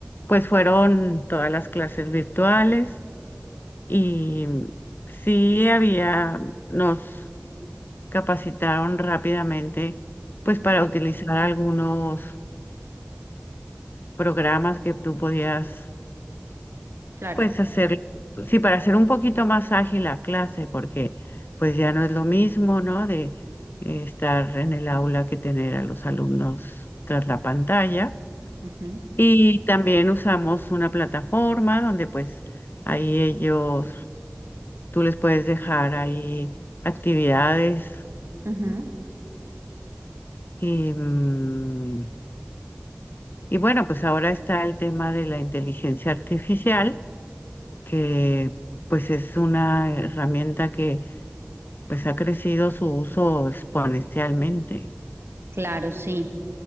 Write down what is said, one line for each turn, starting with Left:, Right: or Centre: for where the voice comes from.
Left: pues fueron todas las clases virtuales y sí había, nos capacitaron rápidamente pues
Right: Ujú,
Left: para utilizar algunos programas que tú podías
Right: Claro.
Left: pues hacer, sí, para hacer un poquito más ágil la clase, porque pues ya no es lo mismo, ¿no? De eh, estar en el aula que tener a los alumnos tras la pantalla.
Right: ujú,
Left: Y también usamos una plataforma donde pues ahí ellos, tú les puedes dejar ahí actividades
Right: ujú,
Left: y, mm, y bueno, pues ahora está el tema de la inteligencia artificial, que pues es una herramienta que pues ha crecido su uso exponencialmente.
Right: Claro, sí.